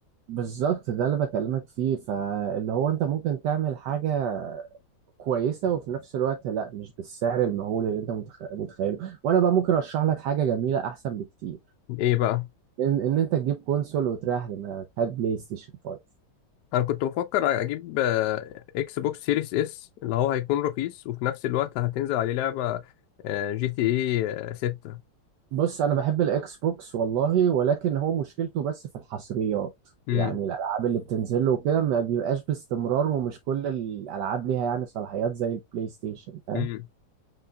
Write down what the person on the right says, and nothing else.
بالظبط ده اللي بكلمك فيه فاللي هو انت ممكن تعمل حاجه كويسه وفي نفس الوقت لا مش بالسعر المهول اللي انت متخ- متخيله وانا بقى ممكن ارشح لك حاجه جميله احسن بكتير
ان, إن انت تجيب كونسول وتريح دماغك هات بلاي ستيشن 5
بص انا بحب الاكس بوكس والله ولكن هو مشكلته بس في الحصريات
يعني الالعاب اللي بتنزل له وكده ما بيبقاش باستمرار ومش كل الالعاب ليها يعني صلاحيات زي البلاي ستيشن فاهم